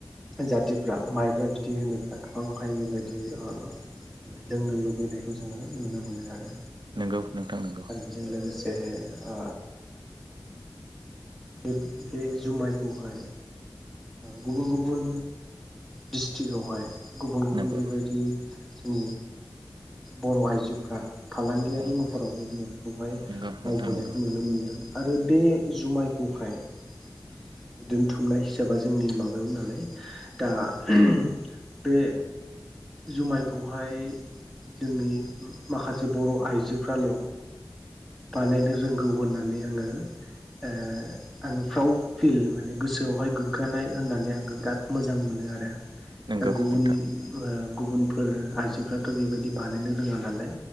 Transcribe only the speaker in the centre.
जाथिफ्रा माइब्रा बिदै होनोब्ला गोबांहाय बेबायदि ओ लोंनो लुबैयो लुबैनायखौ जोङो नुनो मोनो आरो
आरो बेजों लोगोसे ए आ बेब बे जुमायखौहाय गुबुन गुबुन डिस्ट्रिकआवहाय गुबुन गुबुन
बेबायदि दि ओ बर' आइजोफोरा फालांगियारि
महरावबो जोङो बेखौहाय
मावबोनायखौ
नुनो मोन्दों। आरो बे जुमाय औ हायो दोनथुमनाय हिसाबा जोंनि माबायाव नालाय दा <unintelligible> बे जुमायखौहाय जोंनि माखासे बर' आइजोफ्राल' बानायनो रोंगौ होननानै आङो ओ आङो प्राउड फिल माने गोसोआव बहाय गोग्गानाय होननानै आङो बिराद मोजां मोनो आरो ।दा
गुबुननि
ओ गुबुनफोर आइजोफ्राथ' बेबायदि बानायनो रोङा नालाय।